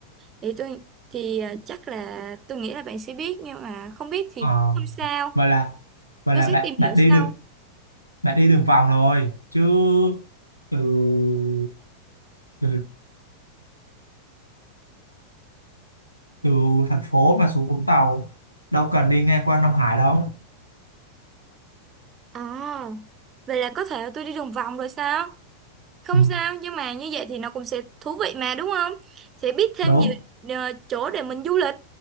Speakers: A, on the right; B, on the left.
A: thì tôi thì ờ, chắc là tôi nghĩ là bạn sẽ biết nhưng mà không biết thì
B: Ờ,
A: không sao
B: vậy là vậy
A: tôi
B: là
A: sẽ
B: bạn
A: tìm
B: bạn
A: hiểu sau
B: đi đường bạn đi đường vòng rồi chứ từ từ từ thành phố mà xuống Vũng Tàu đâu cần đi ngang qua Nam Hải đâu.
A: À, vậy là có thể tôi đi đường vòng rồi sao? Không
B: Ừ,
A: sao, nhưng mà như vậy thì nó cũng sẽ thú vị mà đúng không? Sẽ biết thêm
B: Đúng.
A: nhiều ờ, chỗ để mình du lịch,